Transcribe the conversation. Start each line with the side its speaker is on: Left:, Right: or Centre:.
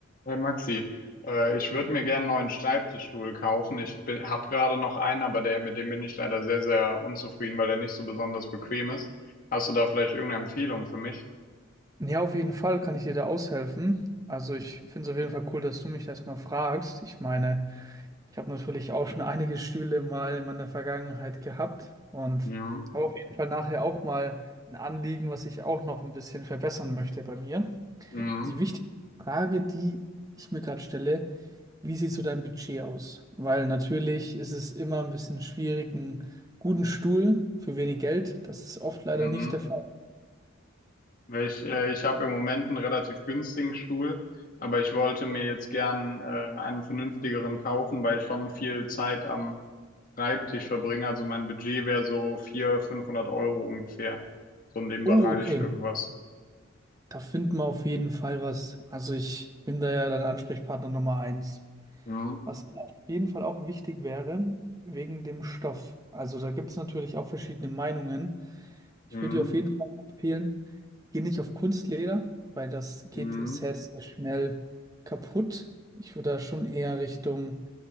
Left: Hey Maxi, äh, ich würde mir gern einen neuen Schreibtischstuhl kaufen. Ich bin, habe gerade noch einen, aber der, mit dem bin ich leider sehr, sehr unzufrieden, weil der nicht so besonders bequem ist. Hast du da vielleicht irgendeine Empfehlung für mich?
Right: Ja, auf jeden Fall kann ich dir da aushelfen. Also ich finde es auf jeden Fall cool, dass du mich das mal fragst. Ich meine, ich habe natürlich auch schon <laughs> einige Stühle mal in meiner Vergangenheit gehabt und
Left: Mhm.
Right: habe auf jeden Fall nachher auch mal ein Anliegen, was ich auch noch ein bisschen verbessern möchte bei mir.
Left: Mhm.
Right: Die wichtige Frage, die ich mir gerade stelle, wie sieht so dein Budget aus? Weil natürlich ist es immer ein bisschen schwierig, einen guten Stuhl für wenig Geld. Das ist oft leider
Left: Mhm.
Right: nicht der Fall.
Left: Weil Ich, äh, ich habe im Moment einen relativ günstigen Stuhl, aber ich wollte mir jetzt gern äh, einen vernünftigeren kaufen, weil ich schon viel Zeit am Schreibtisch verbringe. Also mein Budget wäre so 400, 500 Euro ungefähr, so in dem Bereich
Right: Oh, okay.
Left: irgendwas.
Right: Da finden wir auf jeden Fall was. Also ich bin da ja dann Ansprechpartner Nummer eins.
Left: Mhm.
Right: Was auf jeden Fall auch wichtig wäre, wegen dem Stoff. Also da gibt es natürlich auch verschiedene Meinungen. Ich
Left: Mhm.
Right: würde dir auf jeden Fall empfehlen, geh nicht auf Kunstleder, weil das geht
Left: Mhm.
Right: sehr, sehr schnell kaputt. Ich würde da schon eher Richtung